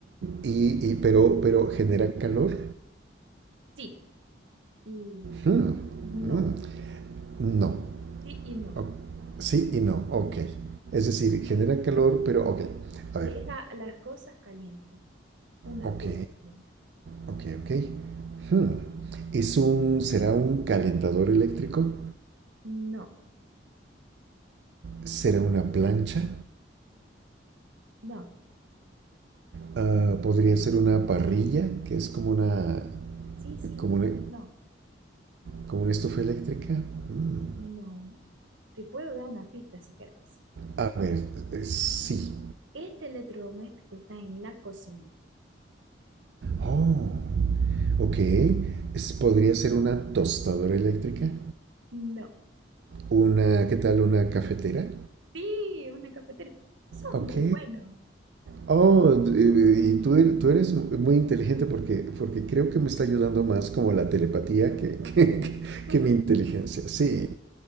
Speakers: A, on the right; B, on the right.
A: Y, y- pero, pero genera calor.
B: Sí, y
A: Hmm,
B: no.
A: mm, No.
B: Sí y no.
A: O- Sí y no. Ok. Es decir, genera calor, pero ok.
B: Deja
A: A ver.
B: las cosas calientes. Una
A: Ok.
B: cosa caliente.
A: Ok, ok. Hmm. ¿Es un, será un calentador eléctrico?
B: No,
A: ¿Será una plancha?
B: no.
A: Ah, ¿podría ser una parrilla, que es como una,
B: Sí, sí,
A: como una,
B: pero no,
A: como una estufa eléctrica? Mm.
B: no. Te puedo dar una pista si querés.
A: A ver, eh, sí.
B: Este electrodoméstico está en la cocina.
A: Oh, ok. Es- podría ser una tostadora eléctrica.
B: No.
A: Una, ¿qué tal? Una cafetera.
B: Sí, una cafetera. Sos
A: Ok.
B: muy bueno.
A: Oh, d- eh, y tú, er- tú eres muy inteligente porque, porque creo que me está ayudando más como la telepatía que, <laughs> que, que-
B: <laughs>
A: que mi inteligencia. Sí.